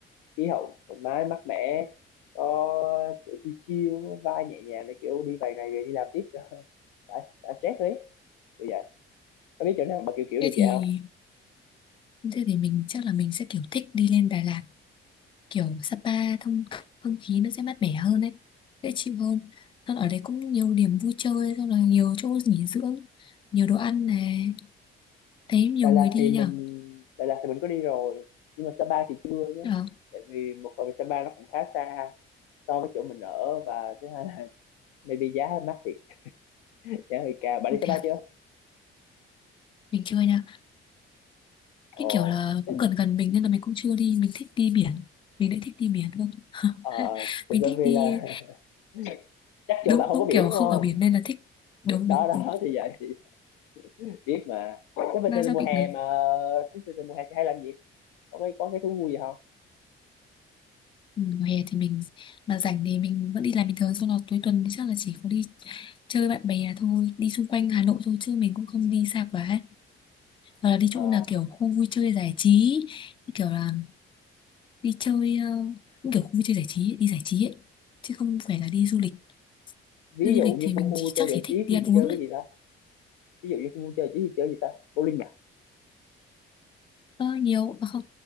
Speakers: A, on the left; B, on the left.
A: khí hậu thoải mái mát mẻ có kiểu chill chill vai nhẹ nhàng để kiểu đi vài ngày về đi làm tiếp cho <laughs> đã, đã stress đấy kiểu vậy có biết chỗ nào mà kiểu kiểu
B: thế
A: được
B: thì...
A: vậy không
B: Thế thì mình chắc là mình sẽ kiểu thích đi lên Đà Lạt kiểu Sapa thông không khí nó sẽ mát mẻ hơn đấy dễ chịu hơn Xong ở đấy cũng nhiều điểm vui chơi xong là nhiều chỗ nghỉ dưỡng nhiều đồ ăn này thấy nhiều
A: Đà Lạt
B: người đi
A: thì mình
B: nhở
A: Đà Lạt thì mình có đi rồi nhưng mà Sapa thì chưa nhé
B: à,
A: tại vì một phần Sapa nó cũng khá xa so với chỗ mình ở và thứ hai là <laughs> maybe giá mắc thiệt giá hơi cao bạn
B: không
A: đi xe
B: thể
A: bay
B: à?
A: chưa
B: mình chưa nha cái
A: ồ
B: kiểu là
A: tức
B: cũng gần gần mình nên là mình cũng chưa đi mình thích đi biển mình lại thích đi biển luôn <laughs>
A: ờ thì
B: mình
A: bởi
B: thích
A: vì
B: đi
A: là <laughs> chắc
B: đúng
A: chỗ bạn không
B: đúng
A: có biển
B: kiểu
A: đúng
B: không
A: không
B: ở biển nên là thích đúng
A: đó
B: đúng
A: đó
B: đúng
A: thì vậy thì <laughs> biết mà cái bình
B: nó
A: thường
B: nó
A: mùa
B: bị
A: hè
B: ngược
A: mà cái bình thường mùa hè thì hay làm gì có cái có cái thú vui gì không
B: Ừ, Mùa hè thì mình mà rảnh thì mình vẫn đi làm bình thường xong là cuối tuần thì chắc là chỉ có đi chơi bạn bè thôi đi xung quanh Hà Nội thôi chứ mình cũng không đi xa quá hoặc là đi chỗ
A: Ờ,
B: nào kiểu khu vui chơi giải trí như kiểu là đi chơi ờ, cũng kiểu khu vui chơi giải trí ấy, đi giải trí ấy chứ không phải là đi du lịch
A: ví
B: đi du
A: dụ
B: lịch
A: như
B: thì mình
A: khu khu
B: chỉ,
A: vui
B: chắc
A: chơi giải
B: chỉ thích
A: trí
B: đi
A: thì
B: ăn uống
A: chơi cái
B: thôi
A: gì ta ví dụ như khu vui chơi giải trí thì chơi gì ta bowling à
B: ờ, nhiều à, không